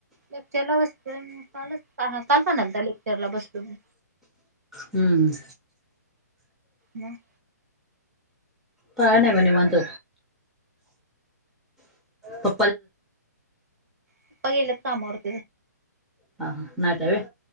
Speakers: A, on the right; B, in the centre.
A: लेक्चर ला बसतोय, कालच काल पणंत लेक्चरला बसतो मी,
B: हम्म
A: या <unintelligible>
B: काय नाही बघ निवांत. हो
A: पपा गेलेच कामावर.
B: हा हा नाईट हाय होय.